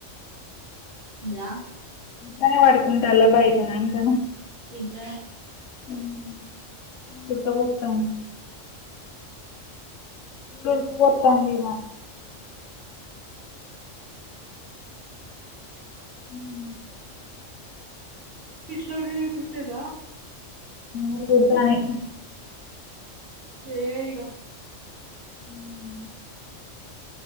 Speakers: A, on the right; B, on the left.
A: ద్రా
B: ఇంట్లోనే పడుకుంటలా బయటనా అంటన
A: ఇంట్లోనే
B: హుమ్ ఉడ్ ఖా పొత్తంది గుర్ క్ పొతాంది నాక్ మ్
A: ఇట్లోడనే కుట్టేదా
B: అ కూడుతానేయి
A: వేయి ఇగా
B: ఉమ్